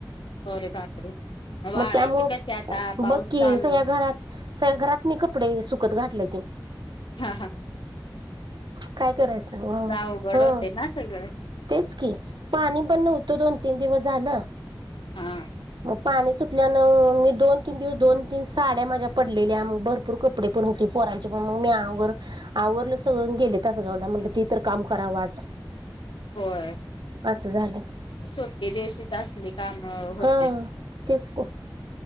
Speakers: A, on the left; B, on the right.
A: अरे बापरे वाळायचे
B: मग त्यामुळे
A: कसे आता पाऊस
B: बकी
A: चालू
B: सगळ्या घरात सगळ्या घरात मी कपडे सुक सुकत घातलंय ते
A: हा हा
B: काय करायचे
A: अवघड
B: हं
A: होते ना सगळं
B: तेच की पाणी पण नव्हतं दोन तीन दिवस झालं
A: हा
B: पाणी सुटल्यान मी दोन तीन दिवस दोन तीन साड्या माझ्या पडलेल्या मग भरपूर कपडे पण होते. पोरांचे पण मग मी आवर आवरलं सगळ गेले तासगावला म्हण त तर काम करावं आज
A: होय
B: असं झालं
A: सुट्टी दिवशीच असली काम होते
B: हा तेच की